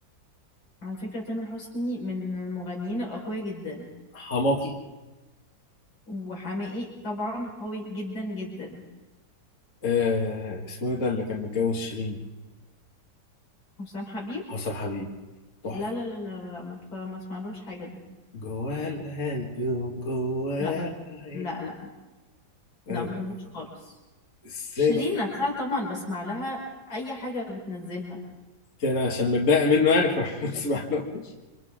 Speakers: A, on the left; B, on the left.
A: على فكرة تامر حسني من المغنيين الأقوياء جدا
B: حماقي
A: وحماقي طبعا قوي جدا جدا
B: آه اسمه إيه ده اللي كان متجوز شيرين
A: حسام حبيب
B: حسن حبيب تحفة
A: لا لا لا لا لا ما تف- ما اسمعلوش حاجة ده
B: جواه القلب وجواه
A: لا
B: العين
A: لا لا
B: لا،
A: لا ما
B: لا،
A: بحبوش خالص
B: ازاي
A: شيرين
B: ده؟
A: نفسها طبعا بسمع لها أي حاجة بتنزلها
B: دي انا عشان متضايق منه يعني فمسمعلوش